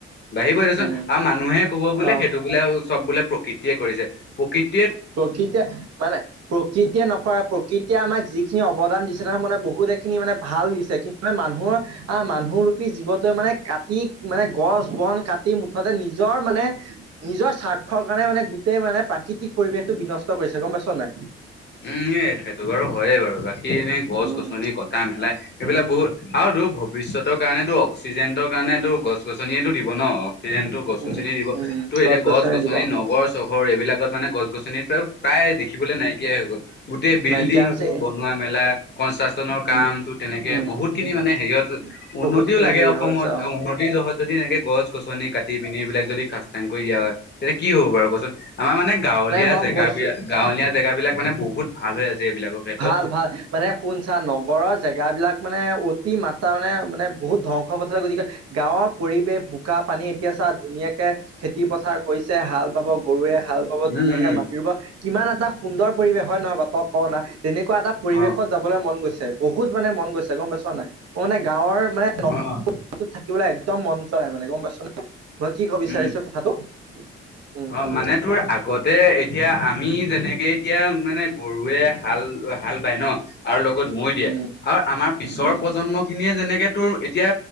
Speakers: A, on the left; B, on the right.
A: বাঢ়িবই দেচোন
B: উম
A: আৰু মানুহে কব বোলে।
B: আহ
A: সেইটো বোলে চব বোলে, প্ৰকৃতিয়ে কৰিছে, প্ৰকৃতি।
B: প্ৰকৃতিয় মানে, প্ৰকৃতিয়ে নকৰা প্ৰকৃতি এতিয়া আমাক যিখিনি অৱদান দিছে, ত, মানে বহুত খিনি মানে ভাল দিছে। কিন্তু মানে মানুহৰ আহ মানুহ ৰূপী জীৱটোৱে মানে কাটি মানে গছ, বন কাটি মুঠতে নিজৰ মানে নিজৰ স্বাৰ্থ কাৰণে মানে গোটেই মানে প্ৰাকৃতিক পৰিৱেশটো বিনষ্ট কৰিছে গম পাইছ নাই।
A: উম, সেইটো বাৰু হয়য়ে, বাৰু বাকী এনেই গছ,
B: উম
A: গছনি কটা, মেলা এইবিলাক
B: উম
A: বহুত আৰু। টো, ভৱিষ্যতৰ কাৰণেত অক্সিজেন্টৰ কাৰণ এইটো গছ গছনিয়ে দিব ন, অক্সিজেনতো গছ,
B: উম,
A: গছনিয়ে দিব
B: উম,
A: তো, এতিয়া
B: গছ-গছনি
A: গছ- গছনি
B: দিৱস
A: নগৰ চহৰ এইবিলাক ত, মানে গছ, গছনিত প্ৰায় দেখিবলৈ নাই। গল, গোটেই বিল্ডিং
B: নাইকিয়া হৈছে
A: টো
B: এ
A: বনোৱা মেলা কনষ্ট্ৰাকচনৰ কাম
B: উম,
A: টো তেনেকে
B: উম,
A: বহুত খিনি
B: উম,
A: মানে মে, হেৰিয়ত উন্নতিও
B: বহুত খিনি
A: লাগে।
B: হেৰি
A: অসমত
B: হৈ আছে অ,
A: উন্নতিৰ জহত যদি এনেকে গছ, গছনি, কাটি, পিনি এইবিলাক যদি খাস্তান কৰি দিয়া হয়। এতিয়া কি হ'ব বাৰু কচোন আমাৰ মানে গাঁৱলীয়া
B: মই
A: জেগা
B: কৈছো
A: বিাক গাঁৱলীয়া জেগা বিলাক মানে বহুত ভাল হৈ আছে। এইবিলাকৰ ক্ষেত্ৰত
B: ভাল, ভাল মানে শুনছা নগৰৰ জেগাবলাক মানে উ মাত্ৰা মানে, মানে, বহুত ধ্বংস পথে, গতিকে গাঁৱৰ পৰিৱেশ বোকা পানী এতিয়া চা, ধুনীয়াকে খেতি পথাৰ কৰিছে, হাল বাব গৰুৱে ভাল পাব
A: উম
B: ধুনীয়াকে
A: উম
B: মাতি ব কিমান এটা সুন্দৰ পৰিৱেশ হয়, নহয়, ব, তই, ক, না তেনেকুৱা এটা পৰিৱেশত
A: অ
B: যাবলৈ মন গৈছে বহুত মানে মন গৈছে, গম পাইছ নাই। অ, মানে গাঁৱৰ মানে
A: অ অ
B: থাকিবলৈ একদম মন যায় মানে গম পাইছো, নাই, মই কি ক'ব বিচাৰিছো
A: উম
B: কথাটো উম
A: অ,
B: উম
A: মানে তোৰ আগতে এতিয়া আমি যেনেকে এতিয়া মানে গৰুৱে হাল, হাল বাই ন, আৰু লগত মৈ দিয়ে
B: উম
A: আৰু আমাৰ পিছৰ
B: উম
A: প্ৰজন্ম খিনিয়ে যেনেকে ত, এতিয়া